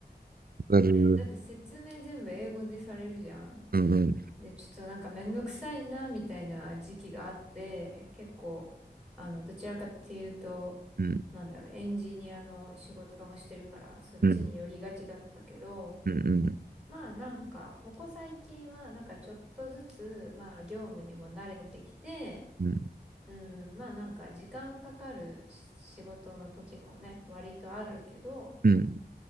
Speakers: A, on the right; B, in the centre.
A: わかる。
B: だって説明全部英語でされるじゃん。
A: うんうん
B: で、ちょっとなんかめんどくさいな、みたいな時期があって、結構、あの、どちらかっていうと、
A: うん
B: なんだろう、エンジニアの仕事もしてるから、そっちに寄りがちだったけど、
A: うんうん
B: まあなんか、ここ最近はなんかちょっとずつ、まあ業務にも慣れてきて、
A: うんうん
B: うん、まあなんか時間かかるし仕事の時もね、割とあるけど、
A: うん